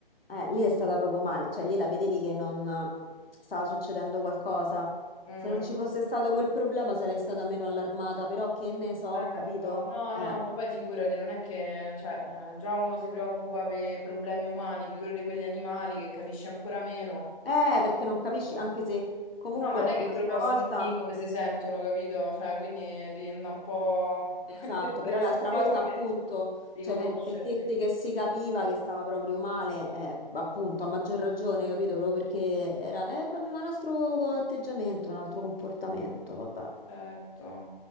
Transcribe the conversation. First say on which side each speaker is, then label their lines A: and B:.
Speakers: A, on the left (about 75°); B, on the left (about 35°).
A: Eh, lì è stata proprio male, cioè lì la vedevi che non stava succedendo qualcosa.
B: Mm,
A: Se non ci fosse stato quel problema sarei stata meno allarmata, però che ne so,
B: Certo.
A: capito?
B: No,
A: Eh,
B: no, ma poi figurati, non è che, cioè, eh, già uno si preoccupa per problemi umani, figurati quelli animali che capisci ancora meno.
A: eh, perché non capisci, anche se comunque
B: No, ma non è che
A: l'altra
B: te lo possono
A: volta,
B: dire come si sentono, capito? Cioè, quindi eh, devi andare un po'
A: esatto,
B: <laughs> a interpretazione
A: però l'altra volta appunto,
B: di
A: cioè
B: conoscerti.
A: per, per dirti che si capiva che stava proprio male, eh, appunto, a maggior ragione, capito? Proprio perché era, eh, aveva un altro atteggiamento, un altro comportamento, vabbè.
B: Certo,